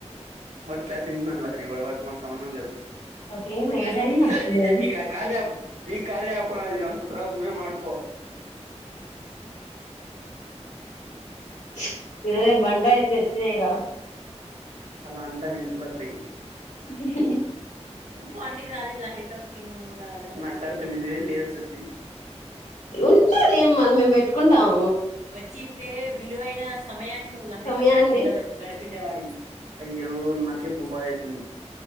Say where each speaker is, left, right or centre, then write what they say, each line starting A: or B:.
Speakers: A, on the right; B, on the left.
A: వాడు క్లాస్ వింటున్నాడు లహరి వాడి వాడితో మాకు సంబంధం లేదు
B: ఓకే ఏమి
A: లహరి
B: ఏటయింది
A: లే
B: అప్పుడే?
A: చే ఇది కార్య యాప్ ఇది కార్య యాప్ నర్సత్మ మే ఆడుకో
B: ఛ్ ఏదైనా బండరాయి ఎత్తి ఎత్తినైర
A: అలా అంటావు ఎందుకు లహరి
B: హ్ హ్
A: పాండికి రాలేదు లహరి తోటికి ను నువ్వు రాల నా కాడ తొమ్మిది వేలు లేవు శషి
B: ఉన్నాది ఏం మాది మేము పెట్టుకుంటాం
A: వచ్చిన్ ంటే విలువైన సమయాన్ని ను నువ్వు లహరితో
B: సమయాన్ని
A: గడిపిండవ్ గడిపి గడిపిండే వాడివి అయ్యో నాకే బుబా దయితుంది